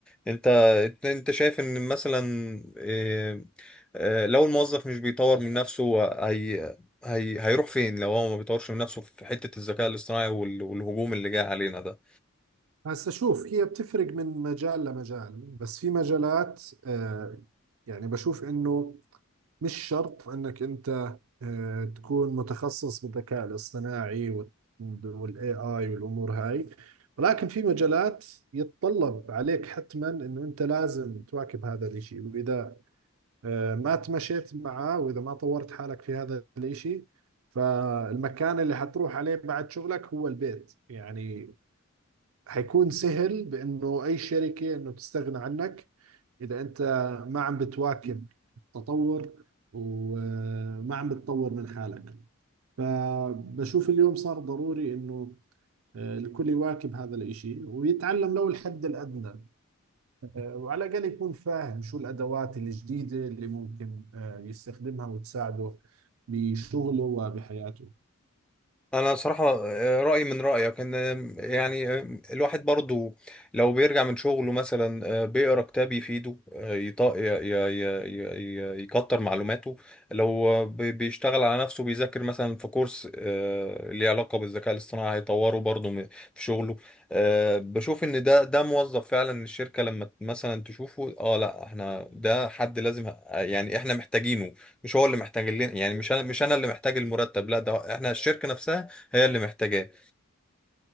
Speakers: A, in the centre; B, on the right (about 80°).
A: انت انت شايف ان مثلا إيه، آه، لو الموظف مش بيطور من نفسه هي هي هيروح فين لو هو ما بيطورش من نفسه في حتة الذكاء الاصطناعي وال- والهجوم اللي جاي علينا ده
B: هسا شوف هي بتفرق من مجال لمجال بس في مجالات آه، يعني بشوف انه مش شرط انك انت آه، تكون متخصص بالذكاء الاصطناعي والاي اي والامور هاي ولكن في مجالات يتطلب عليك حتما انه انت لازم تواكب هذا الاشي واذا آه، ما تمشيت معاه واذا ما طورت حالك في هذا الاشي فالمكان اللي حتروح عليه بعد شغلك هو البيت يعني حيكون سهل بانه اي شركه انه تستغنى عنك اذا انت ما عم بتواكب التطور وما عم بتطور من حالك فبشوف اليوم صار ضروري انه آه، الكل يواكب هذا الاشي ويتعلم لو الحد الادنى آه، وعلى الاقل يكون فاهم شو الادوات الجديده اللي ممكن آه، يستخدمها وتساعده بشغله وبحياته
A: انا صراحة آه، رأيي من رأيك ان آم، يعني آم، الواحد برضو لو بيرجع من شغله مثلا آه، بيقرا كتاب يفيده آه، يط- ي- ي- ي- ي- يكتر معلوماته لو آه، بي- بيشتغل على نفسه بيذاكر مثلا في كورس آه، ليه علاقة بالذكاء الاصطناعي هيطوره برضو م- في شغله آه، بشوف ان ده ده موظف فعلا الشركة لما ت- مثلا تشوفه اه لا احنا ده حد لازم آه، يعني احنا محتاجينه مش هو اللي محتاج لنا يعني مش انا مش انا اللي محتاج المرتب لا ده احنا الشركة نفسها هي اللي محتاجاه